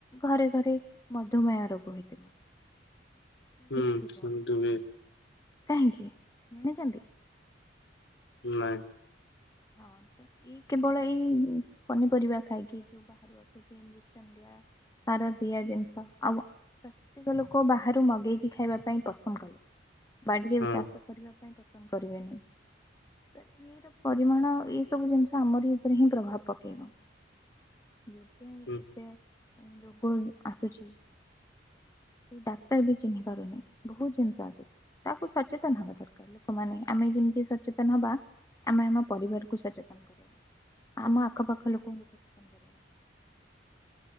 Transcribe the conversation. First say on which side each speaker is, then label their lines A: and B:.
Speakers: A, on the left (about 20°); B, on the left (about 65°).
A: ଘରେ ଘରେ ମଧୁମେହ ରୋଗ ହେଇଥିବ।
B: ହୁଁ
A: ଥିବ
B: ସେମିତି ହୁଏ।
A: କାହିଁକି ଜାଣିଚନ୍ତି?
B: ନାଇଁ।
A: ହଁ ତ ଏଇ କେବଳ ଏଇ ପନିପରିବା ଖାଇକି ଯୋଉ ବାହାରୁ ଆସିକି <unintelligible> ସାର ଦିଆ ଜିନିଷ ଆଉ ପ୍ରତ୍ୟେକ ଲୋକ ବାହାରୁ ମଗେଇକି ଖାଇବା ପାଇଁ ପସନ୍ଦ କଲେ। ବାଡିରେ ଆଉ
B: ହଁ
A: ଚାଷ କରିବା ପାଇଁ ପସନ୍ଦ କରିବେନି ତ ଇଏ ରୁ ପରିମାଣ ଏସବୁ ଜିନିଷ ଆମରି ଉପରେ ହିଁ ପ୍ରଭାବ ପକାଇବ। ପାଇଁ
B: ହୁଁ
A: ଏତେ ରୋଗ ଆସୁଚି ଡାକ୍ତର ବି ଚିହ୍ନି ପାରୁନି ବହୁତ ଜିନିଷ ଆସୁଚି। ଆକୁ ସଚେତନ ହେବା ଦରକାର ଲୋକମାନେ ଆମେ ଯେମିତି ସଚେତନ ହେବା। ଆମେ ଆମ ପରିବାରକୁ ସଚେତନ କରାଇବା ଆମ ଆଖପାଖ ଲୋକଙ୍କୁ କରେଇବା